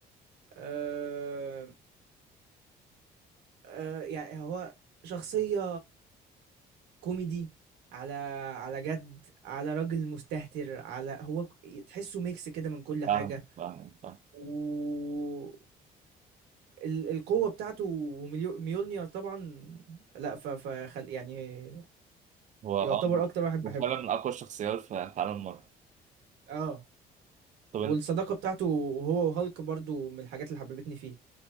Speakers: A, on the right (about 85°); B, on the right (about 45°).
A: آآ آآ يعني هو شخصية كوميدي على على جد على راجل مستهتر على هو ك- تحسه ميكس كده من كل
B: فاهم
A: حاجة
B: فاهم فاهم
A: و ال- القوة بتاعته وميليو- ميولنير طبعا لا ف ف خل- يعني
B: هو
A: يعتبر
B: اه
A: اكتر واحد بحبه
B: هو فعلا من اقوى الشخصيات في في عالم مارفل
A: اه
B: طب انت
A: والصداقة بتاعته هو وهالك برضو من الحاجات اللي حببتني فيه